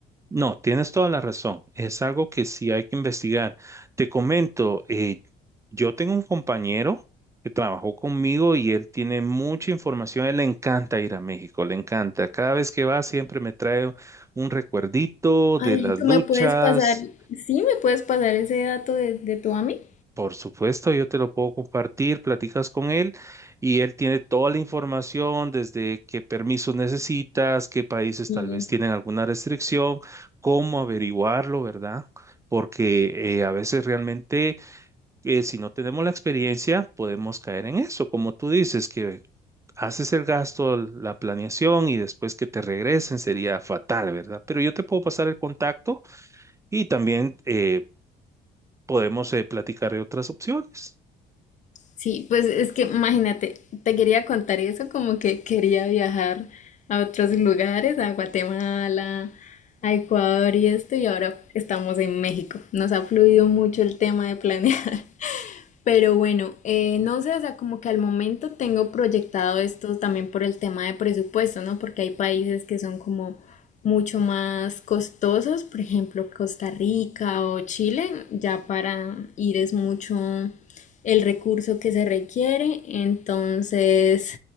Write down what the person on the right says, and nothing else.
No, tienes toda la razón. Es algo que sí hay que investigar. Te comento, eh, yo tengo un compañero que trabajó conmigo y él tiene mucha información. Él le encanta ir a México, le encanta. Cada vez que va siempre me trae un recuerdito
de las
luchas.
Por supuesto, yo te lo puedo compartir, platicas con él y él tiene toda la información desde qué permisos necesitas, qué países
tal vez tienen alguna restricción, cómo averiguarlo, ¿verdad? Porque eh, a veces realmente eh, si no tenemos la experiencia podemos caer en eso, como tú dices, que haces el gasto, la planeación y después que te regresen sería fatal, ¿verdad? Pero yo te puedo pasar el contacto y también eh, podemos eh, platicar de otras opciones.